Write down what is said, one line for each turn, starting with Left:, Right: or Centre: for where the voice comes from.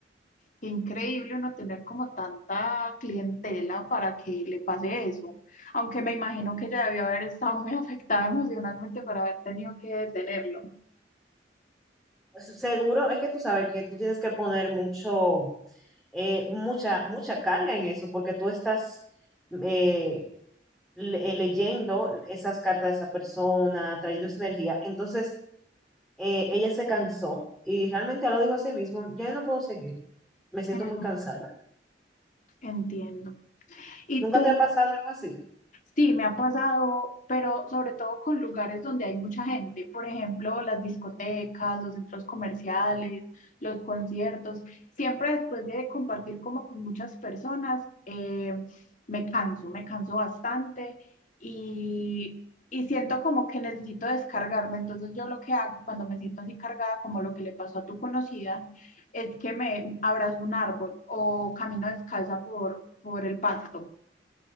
Left: Qué increíble uno tener como tanta clientela para que le pase eso. Aunque me imagino que ella debió haber estado muy <laughs> afectada emocionalmente para haber tenido que detenerlo.
Centre: Pues, Seguro es que tú sabes que tú tienes que poner mucho, eh, mucha, mucha carga en eso porque tú estás eh, le- eh, leyendo esas cartas de esa persona, trayendo esa energía. Entonces, eh, ella se cansó y realmente ella lo dijo a sí mismo, ya no puedo seguir, me siento
Left: Ujú,
Centre: muy cansada.
Left: entiendo. ¿Y
Centre: ¿Nunca
Left: tú?
Centre: te ha pasado algo así?
Left: Sí, me ha pasado, pero sobre todo con lugares donde hay mucha gente, por ejemplo, las discotecas, los centros comerciales, los conciertos. Siempre después de compartir como con muchas personas, eh, me canso, me canso bastante y, y siento como que necesito descargarme. Entonces yo lo que hago cuando me siento así cargada, como lo que le pasó a tu conocida, es que me abrazo un árbol o camino descalza por, por el pasto.